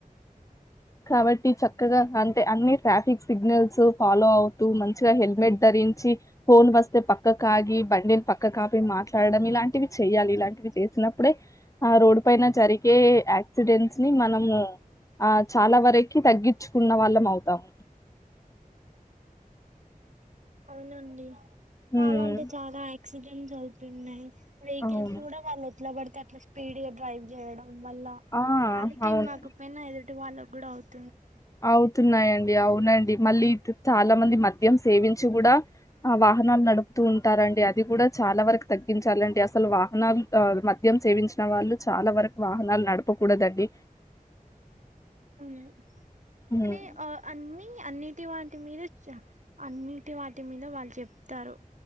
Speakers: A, on the left (about 20°); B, on the right (about 55°).
A: కాబట్టి చక్కగా అంటే అన్ని ట్రాఫిక్ సిగ్నల్స్ ఫాలో అవుతూ మంచిగా హెల్మెట్ ధరి రించి ఫోన్ వస్తే పక్కకు ఆగి బండిని పక్కకు ఆపి మాట్లాడడం ఇలాంటివి చేయాలి ఇలాంటివి చేసినప్పుడే ఆ రోడ్ పైన జరిగే యాక్సిడెంట్స్ ని మనము ఆ చాలా వరకి తగ్గించుకున్న వాళ్ళం అవుతాము
B: అవునండి
A: ఉమ్
B: అలాంటే చాలా యాక్సిడెంట్స్ అవుతున్నాయి వెహికల్స్
A: అవును
B: కూడా వాళ్ళు ఎట్లా పడితే అట్లా స్పీడ్ గా డ్రైవ్ చేయడం వల్ల
A: ఆ
B: వాళ్ళకేం
A: అవును
B: కాకపోయినా ఎదుటి వాళ్ళకి కూడా అవుతు
A: అవుతున్నాయండి అవునండి మళ్ళీ చాలా మంది మద్యం సేవించి కూడా ఆ వాహనాలు నడుపుతూ ఉంటారండి అది కూడా చాలా వరకు తగ్గించాలండి అసలు వాహనాలు మధ్య మద్యం సేవించిన వాళ్ళు చాలా వరకు వాహనాలు నడపకూడదండి
B: ఉమ్
A: హ్మ్.
B: కానీ ఆ అన్ని అన్నిటి వాటి మీద జా అన్నిటి వాటి మీద వాళ్ళు చెప్తారు